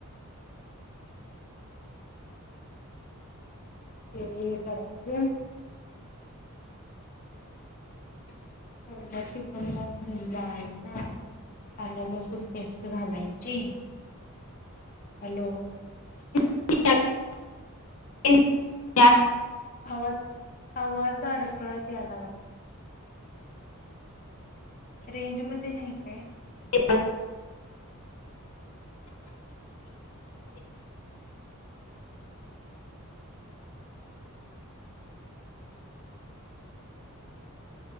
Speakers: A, on the left; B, on the left.
A: ते ऽऽकरायचं,
B: <unintelligible>
A: पयला चिकन लाच दही लावायच, आलंलसूण पेस्ट घालायची. हॅलो,,,
B: <unintelligible>
A: आवाज, आवाज अडकळत या लागलाय. रेंज मध्ये नाही काय?
B: ते <unintelligible>